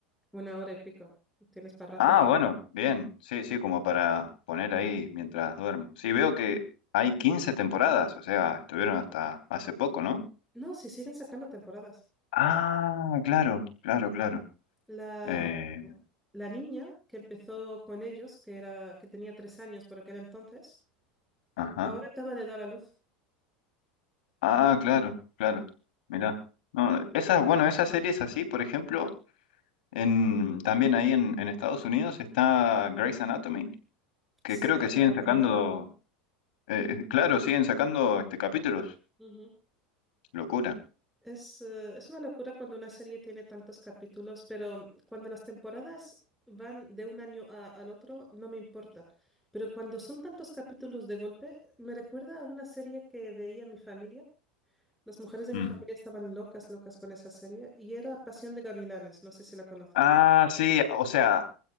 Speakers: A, in the centre; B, on the left (about 80°).
A: Una hora y pico. Tienes para
B: Ah,
A: rato.
B: bueno, bien. Sí, sí, como para poner ahí mientras duermo. Sí, veo que hay 15 temporadas, o sea, estuvieron hasta hace poco, ¿no?
A: No, si siguen sacando temporadas.
B: Ah, claro, claro, claro.
A: La,
B: Eh,
A: la niña que empezó con ellos, que era, que tenía tres años por aquel entonces,
B: ajá.
A: ahora acaba de dar a luz.
B: Ah, claro, claro. Mirá. No, esa, bueno, esa serie es así, por ejemplo, en, también ahí en, en Estados Unidos está Grey's Anatomy, que
A: Sí,
B: creo
A: el
B: que siguen
A: drama
B: sacando.
A: también.
B: Eh, eh, claro, siguen sacando este capítulos.
A: Ujú.
B: Locura.
A: Es, eh, es una locura cuando una serie tiene tantos capítulos, pero cuando las temporadas van de un año a- al otro, no me importa. Pero cuando son tantos capítulos de golpe, me recuerda a una serie que veía mi familia. Las mujeres de mi
B: Mm.
A: familia estaban locas, locas con esa serie, y era Pasión de Gavilanes, no sé si la conoces.
B: Ah, sí, o sea,